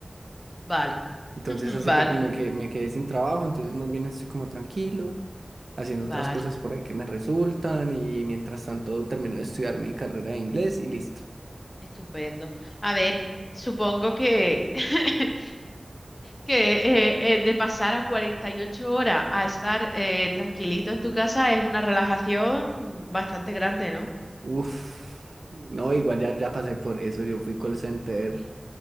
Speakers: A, on the left (about 30°); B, on the right (about 70°).
A: vale.
B: Entonces
A: <clears throat>
B: hace
A: Vale,
B: poco me, que- me quedé sin trabajo, entonces más bien estoy como tranquilo, haciendo
A: vale.
B: otras cosas por ahí que me resultan y mientras tanto termino de estudiar mi carrera de inglés y listo.
A: Estupendo. A ver, supongo que <laughs> que eh, eh, de pasar a 48 horas a estar eh, tranquilito en tu casa es una relajación bastante grande, ¿no?
B: Uf, no, igual ya, ya pasé por eso, yo fui call center